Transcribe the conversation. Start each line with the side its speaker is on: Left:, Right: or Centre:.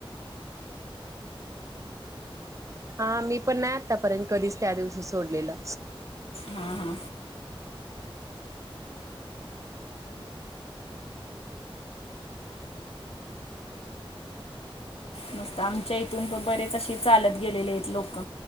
Right: हा मी पण नाय आत्तापर्यंत कधीच त्या दिवशी सोडलेलं.
Left: हा हा. मस्त आमच्या इथून पण बरेच अशे चालत गेलेले आहेत लोक